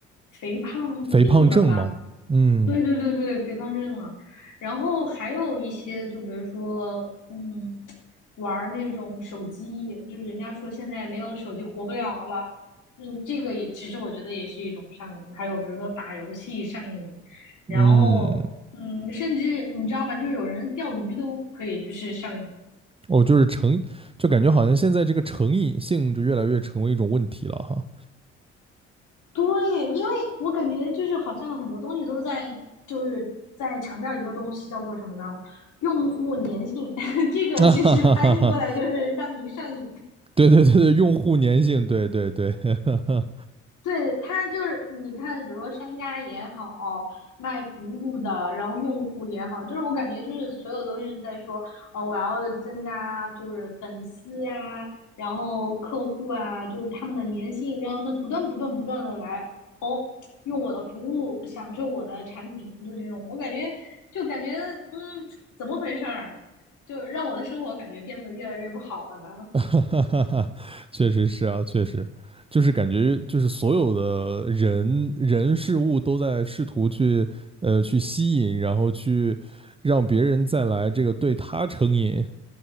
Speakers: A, on the left; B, on the right.
A: 肥胖病了吧，
B: 肥胖症嘛，嗯
A: 对对对对，肥胖症啊，然后还有一些，就比如说，嗯，玩儿那种手机，就是人家说现在没有手机活不了了，嗯，这个也其实我觉得也是一种上瘾。还有比如说打游戏上瘾，然后，
B: 嗯，
A: 嗯，甚至你知道吗？就有人钓鱼都可以，就是上瘾
B: 我就是成，就感觉好像现在这个成瘾性就越来越成为一种问题了哈，
A: 对，因为我感觉就是好像很多东西都在就是在强调一个东西，叫做什么呢？用户粘性。<laughs> 这个其实翻译过来就是让你上瘾，
B: <laughs> 啊哈哈哈哈，对对对对，用户粘性，对对对，<laughs>
A: 对，他就是你看，比如说商家也好，卖服务的，然后用户也好，就是我感觉就是所有都是在说，呃，我要增加就是粉丝呀、然后客户啊，就是他们的粘性，让他们不断不断不断的来哦，用我的服务，享受我的产品，就这种，我感觉就感觉嗯，怎么回事儿，就让我的生活感觉变得越来越不好了呢？
B: 哈哈哈哈，确实是啊，确实，就是感觉就是所有的人人事物都在试图去呃去吸引，然后去让别人再来这个对他成瘾，